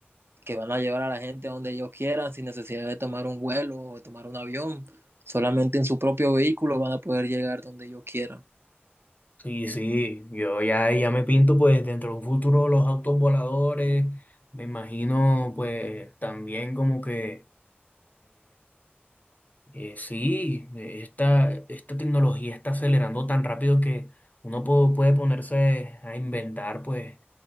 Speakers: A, on the right (about 75°); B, on the left (about 40°).
A: que van a llevar a la gente a donde ellos quieran sin necesidad de tomar un vuelo o de tomar un avión. Solamente en su propio vehículo van a poder llegar donde ellos quieran.
B: Sí, sí, yo ya, ya me pinto pues dentro de un futuro los autos voladores, me imagino pues también como que Eh, sí, eh, esta, esta tecnología está acelerando tan rápido que uno po- puede ponerse a inventar, pues